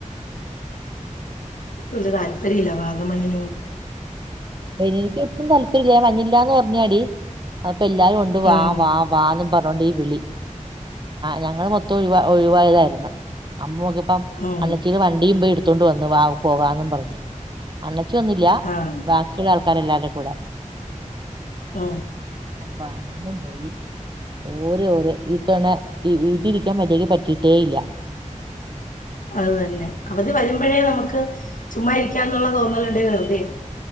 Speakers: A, on the left (about 85°); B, on the right (about 35°).
A: ഒരു താല്പര്യം ഇല്ല വാഗമണ്ണിനോട്
B: എനിക്ക് ഒട്ടും താല്പര്യമില്ലേ മഞ്ഞില്ലാന്ന് പറഞ്ഞ അപ്പോ എല്ലാരും കൊണ്ട് വാ
A: ആഹ്
B: വാ വാ അതോണ്ട് ഈ വിളി ഞങ്ങള് മൊത്തം ഒഴിവാ ഒഴിവായതായിരുന്നു അമ്മക്ക അപ്പം
A: ഉം
B: അണ്ണച്ചീടെ വണ്ടിയുമ്പ ടുത്തൊണ്ട് വന്നു പോകാന്നും പറഞ്ഞു അണ്ണച്ചി വന്നില്ല
A: ആഹ്
B: ബാക്കിയുള്ള ആൾക്കാരെല്ലാവരുടെ കൂടെ
A: ആ
B: വാഗമണ്ണും പോയി ഓര് ഓര് ഈ തവണ ഈ വീട്ടിലിരിക്കാൻ പറ്റിയക്ക് പറ്റിട്ടേ ഇല്ല
A: അത തന്നെ അവധി വരുമ്പോഴേ നമുക്ക് ചുമ്മാ ഇരിക്കാന്നുള്ള തോന്നലുണ്ട് വെറുതെയാ.